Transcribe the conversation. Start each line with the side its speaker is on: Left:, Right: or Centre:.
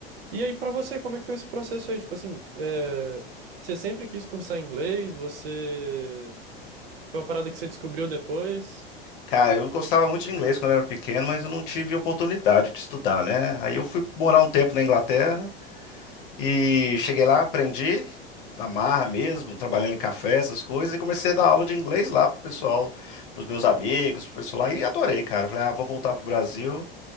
Right: E aí, para você, como é que foi esse processo aí? Tipo assim, é, você sempre quis cursar inglês? Você. Foi uma parada que você descobriu depois?
Left: Cara, eu gostava muito de inglês quando eu era pequeno, mas eu não tive oportunidade de estudar, né? Aí eu fui morar um tempo na Inglaterra e cheguei lá, aprendi na marra mesmo, trabalhando em café, essas coisas, e comecei a dar aula de inglês lá pro pessoal, pros meus amigos, pro pessoal lá, e adorei, cara. Falei, ah, vou voltar pro Brasil